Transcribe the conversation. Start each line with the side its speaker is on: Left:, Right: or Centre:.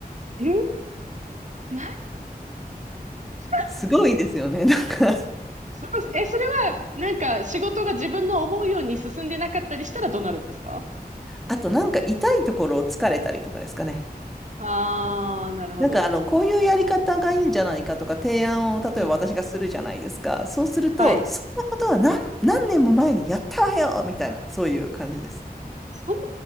Right: えな、<laughs>
Centre: すごいですよね。なんか、
Right: すごいです。え、それは、なんか、仕事が自分の思うように進んでなかったりしたらどうなるんですか
Centre: あとなんか痛いところを疲れたりとかですかね。
Right: ああー、なるほど。
Centre: なんかあの、こういうやり方がいいんじゃないかとか提案を例えば私がするじゃないですか。
Right: うんうん。
Centre: そうすると、
Right: はい。
Centre: そんなことは何、何年も前にやったわよみたいな、そういう感じです。
Right: そんな、